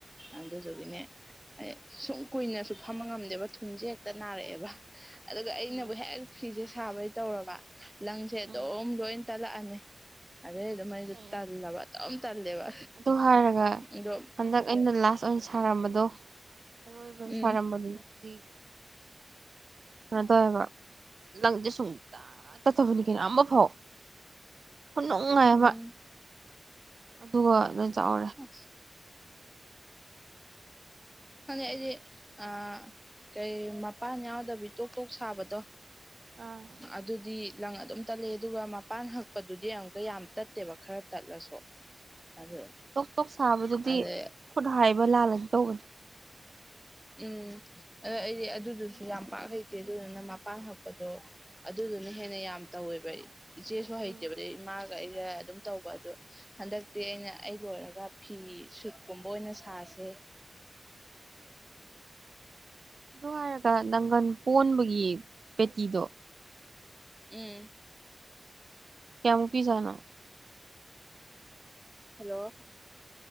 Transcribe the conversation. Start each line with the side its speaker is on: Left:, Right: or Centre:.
Centre: ꯑꯗꯨꯗꯨꯒꯤꯅꯦ ꯑꯩ ꯁꯨꯝ ꯀꯨꯏꯅꯁꯨ ꯐꯝꯃ ꯉꯝꯗꯦꯕ ꯊꯨꯟꯁꯦ ꯍꯦꯛꯇ ꯅꯥꯔꯛꯑꯦꯕ ꯑꯗꯨꯒ ꯑꯩꯅꯕꯨ
Right: ꯎꯝ
Centre: ꯍꯦꯛ ꯐꯤꯁꯦ ꯁꯥꯕꯩ ꯇꯧꯔꯕ ꯂꯪꯁꯦ ꯑꯗꯨꯝ
Right: ꯎꯝ
Centre: ꯂꯣꯏ ꯇꯜꯂꯛ ꯑꯅꯤ ꯑꯗꯨꯗꯩ ꯑꯩꯁꯨ
Right: ꯑꯩꯌꯥ
Centre: ꯇꯜꯂꯕ ꯑꯗꯨꯝ ꯇꯜꯂꯦꯕ
Right: ꯑꯗꯨ ꯍꯥꯏꯔꯒ
Centre: ꯑꯗꯣ
Right: ꯍꯟꯗꯛ ꯑꯩꯅ ꯂꯥꯁ ꯑꯣꯏꯅ ꯁꯥꯔꯝꯕꯗꯣ ꯑꯔꯣꯏꯕ
Centre: ꯎꯝ
Right: ꯁꯥꯔꯝꯕꯗꯨꯕꯨꯗꯤ
Centre: <inaudible>
Right: ꯀꯩꯅꯣ ꯇꯧꯋꯦꯕ ꯂꯪꯁꯦ ꯁꯨꯡꯇꯠ ꯇꯠꯇꯕꯅꯤ ꯀꯩꯅꯣ ꯑꯃ ꯐꯥꯎ ꯈꯨꯅꯨꯡꯉꯥꯏ
Centre: ꯎꯝ
Right: ꯑꯃꯥ ꯑꯗꯨꯒ ꯂꯣꯏ ꯆꯥꯛꯍꯧꯔꯦ
Centre: ꯑꯁ ꯈꯪꯗꯦ ꯑꯩꯗꯤ ꯑꯥ ꯀꯩ ꯃꯄꯥꯟ ꯌꯥꯎꯗꯕꯤ ꯇꯣꯛ ꯇꯣꯛ ꯁꯥꯕꯗꯣ
Right: ꯑꯥ
Centre: ꯑꯗꯨꯗꯤ ꯂꯪ ꯑꯗꯨꯝ ꯇꯠꯂꯦ ꯑꯗꯨꯒ ꯃꯄꯥꯟ ꯍꯛꯄꯗꯨꯗꯤ ꯑꯃꯨꯛꯀ ꯌꯥꯝ ꯇꯠꯇꯦꯕ ꯈꯔ ꯇꯠꯂꯁꯨ ꯑꯗꯨ
Right: ꯇꯣꯛ ꯇꯣꯛ ꯁꯥꯕꯗꯨꯗꯤ
Centre: ꯑꯗꯩ
Right: ꯈꯨꯠ ꯍꯥꯏꯕ ꯂꯥꯜꯂꯁꯨ ꯇꯧꯕꯅꯤ
Centre: ꯎꯝ ꯑꯗ ꯑꯩꯗꯤ ꯑꯗꯨꯗꯨꯁꯨ ꯌꯥꯝ ꯄꯥꯛ ꯍꯩꯇꯦ ꯑꯗꯨꯗꯨꯅ ꯃꯄꯥꯟ ꯍꯛꯄꯗꯣ ꯑꯗꯨ ꯑꯗꯨꯅ ꯍꯦꯟꯅ ꯌꯥꯝ ꯇꯧꯋꯦꯕ ꯑꯩꯗꯤ ꯏꯆꯦꯁꯨ ꯍꯩꯇꯦꯕ
Right: ꯎꯝ
Centre: ꯑꯗꯩꯩ ꯏꯃꯥ ꯒ ꯑꯩꯒ ꯑꯗꯨꯝ ꯇꯧꯕ ꯑꯗꯣ ꯍꯟꯗꯛꯇꯤ ꯑꯩꯅ ꯑꯩ ꯂꯣꯏꯔꯒ ꯐꯤ ꯁꯨꯠꯀꯨꯝꯕ ꯑꯣꯏꯅ ꯁꯥ ꯁꯦ
Right: ꯑꯗꯨ ꯍꯥꯏꯔꯒ ꯅꯪꯒꯟ ꯄꯣꯟꯕꯒꯤ ꯄꯦꯇꯤꯗꯣ
Centre: ꯎꯝ
Right: ꯀꯌꯥꯃꯨꯛ ꯄꯤꯖꯥꯠꯅꯣ
Centre: ꯍꯜꯂꯣ